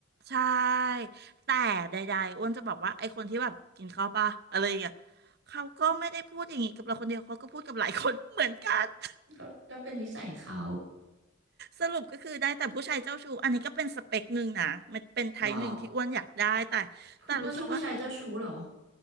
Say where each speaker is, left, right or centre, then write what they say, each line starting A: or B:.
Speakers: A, on the right (about 50°); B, on the right (about 70°).
A: ใช่แต่ใดๆอ้วนจะบอกว่าไอ้คนที่แบบกินข้าวปะอะไรอย่างเงี้ยเขาก็ไม่ได้พูดอย่างงี้กับเราคนเดียวเขาก็พูดกับหลายคนเหมือนกัน <laughs>
B: ก็ก็เป็นนิสัยเขา
A: สรุปก็คือได้แต่ผู้ชายเจ้าชู้อันนี้ก็เป็นสเปคหนึ่งนะมันเป็นไทป์หนึ่งที่อ้วนอยากได้แต่
B: หรอคุณอ้วนชอบผู้ชายเจ้าชู้หรอ
A: แต่รู้สึกว่า